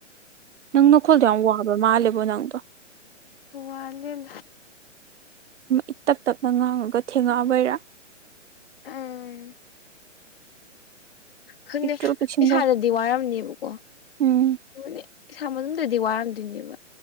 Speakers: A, on the right; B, on the left.
A: ꯅꯪ ꯅꯈꯣꯜꯗꯣ ꯌꯥꯝ ꯋꯥꯕ ꯃꯥꯜꯂꯦꯕꯣ ꯅꯪꯗꯣ
B: ꯋꯥꯂꯤꯟ
A: ꯏ ꯇꯞ ꯇꯞꯅ ꯉꯥꯡꯉꯒ ꯊꯦꯡꯉꯛꯑꯕꯩꯔꯥ
B: ꯎꯝ ꯈꯪꯉꯦ
A: ꯄꯤꯛꯇ꯭ꯔꯨ ꯄꯤꯛꯁꯤꯟꯈꯔꯦ
B: ꯏꯁꯥꯗꯗꯤ ꯋꯥꯔꯝꯅꯦꯕꯀꯣꯅꯦ
A: ꯎꯝ
B: ꯏꯁꯥ ꯃꯅꯨꯡ ꯑꯗꯨꯗꯤ ꯋꯥꯔꯝꯗꯣꯏꯅꯦꯕ